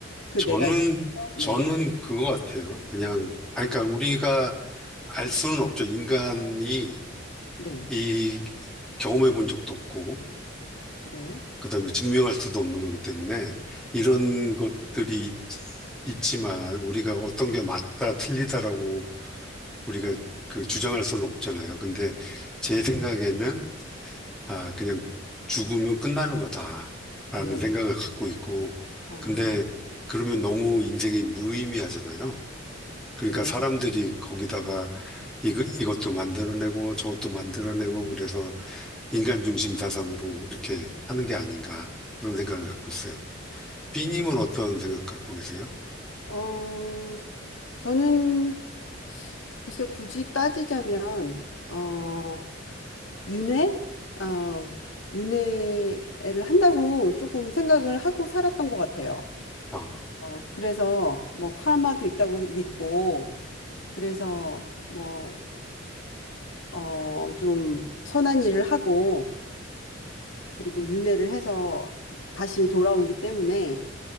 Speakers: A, on the left; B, in the centre.
A: 그
B: 저는,
A: 네 가지.
B: 저는
A: 네,
B: 그거 같아요. 그냥, 아니, 그러니까 우리가 알 수는 없죠. 인간이
A: 네,
B: 이 경험해 본 적도 없고,
A: 네,
B: 그 다음에 증명할 수도 없는 거기 때문에 이런 것들이 있- 있지만 우리가 어떤 게 맞다, 틀리다라고 우리가 그 주장할 수는 없잖아요. 근데 제 생각에는 아, 그냥 죽으면 끝나는 거다라는
A: 네,
B: 생각을 갖고 있고,
A: 아하,
B: 근데 그러면 너무 인생이 무의미하잖아요. 그러니까
A: 네.
B: 사람들이 거기다가 이거, 이것도 만들어내고 저것도 만들어내고 그래서 인간 중심 사상으로 이렇게 하는 게 아닌가 그런 생각을 갖고 있어요. B님은
A: 네.
B: 어떤 생각 갖고 계세요?
A: 어, 저는 글쎄 굳이 따지자면, 어, 윤회? 어, 윤회를 한다고 조금 생각을 하고 살았던 것 같아요.
B: 아,
A: 어, 그래서 뭐 카르마도 있다고 믿고 그래서 뭐, 어, 좀 선한 일을 하고 그리고 윤회를 해서 다시 돌아오기 때문에